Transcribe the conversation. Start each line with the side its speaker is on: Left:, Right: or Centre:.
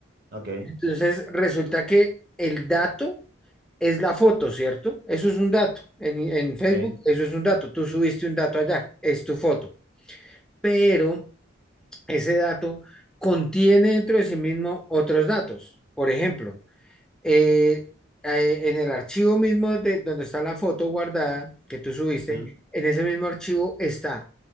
Right: ok,
Centre: Entonces resulta que el dato es la foto, ¿cierto? Eso es un dato. En, en Facebook,
Right: ok,
Centre: eso es un dato. Tú subiste un dato allá, es tu foto. Pero ese dato contiene dentro de sí mismo otros datos. Por ejemplo, eh, eh, en el archivo mismo de donde está la foto guardada que tú subiste,
Right: ujú,
Centre: en ese mismo archivo está